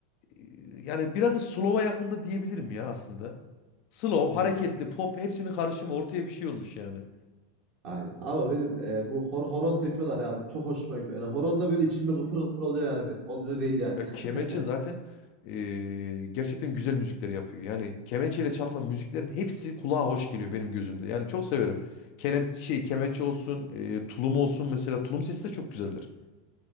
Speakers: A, on the left; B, on the right.
A: e, yani biraz da slow'a yakında diyebilirim ya aslında. Slow,
B: Hmm.
A: hareketli, pop hepsinin karışımı ortaya bir şey olmuş yani.
B: Aynen. Ama benim e, bu hor horon tepiyorlar ya abi. Çok hoşuma gidiyor. Yani horonda böyle içim bir gıpır gıpır oluyor yani benim. Olmuyor değil yani.
A: Ya kemençe
B: <laughs>
A: zaten eee, gerçekten güzel müzikleri yapıyor. Yani kemençeyle çalınan müziklerin hepsi kulağa hoş geliyor benim gözümde. Yani çok severim. Kelem şey kemençe olsun, eee, tulum olsun mesela tulum sesi de çok güzeldir.